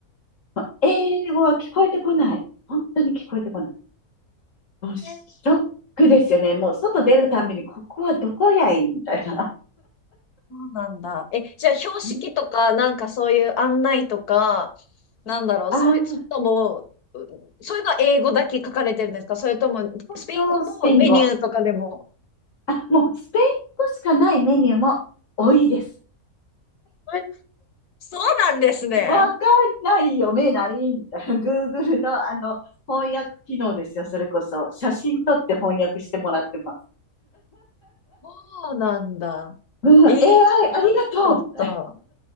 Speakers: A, on the left; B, on the left.
A: もう英語は聞こえてこない。本当に聞こえてこない。もうショックですよね。
B: だ
A: もう外出るたんびに、ここはどこやいみたいな。
B: そうなんだ。え、じゃあ標識とか、
A: うん、
B: なんかそういう案内とか、なんだろう、
A: ああ、
B: そういうのも、うそういうのは英語だけ書かれてるんですかそれとも、
A: ほんとスペイン語。
B: スペイン語もメニューとかでも。
A: あ、もうスペイン語しかないメニューも多いです。
B: え、そうなんですね。
A: わかんない、読めない、みたいな。Google のあの、翻訳機能ですよ、それこそ。写真撮って翻訳してもらってます。
B: そうなんだ。
A: うん、AI
B: えー、知らなかった。
A: ありがとうみたい